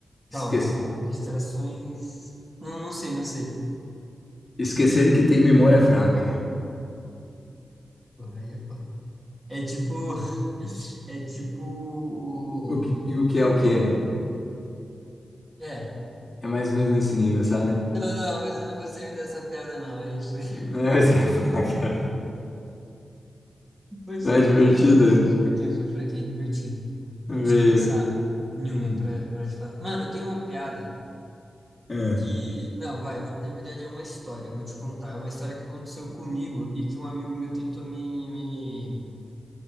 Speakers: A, on the left; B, on the right.
A: Esque
B: Calma, a- distrações. Não, não sei, não sei.
A: Esquecer que tem memória fraca.
B: Porra, aí é foda. É tipo. <laughs> É tipo.
A: O que, e o que é o que é?
B: É.
A: É mais ou menos nesse nível, sabe?
B: Não, não, mas eu não gostei muito dessa piada, não. Aí foi, <laughs>
A: É, <laughs> Essa é a fraca.
B: foi fraquinho,
A: Tá divertida?
B: mano. Foi fraquinho, foi fraquinho, divertido.
A: Veio.
B: Deixa eu pensar em
A: Hum,
B: uma pra, pra te falar. Mano, tem uma piada.
A: é.
B: que, não, vai, eu vou- na verdade é uma história, eu vou te contar. É uma história que aconteceu comigo e que um amigo meu tentou me, me,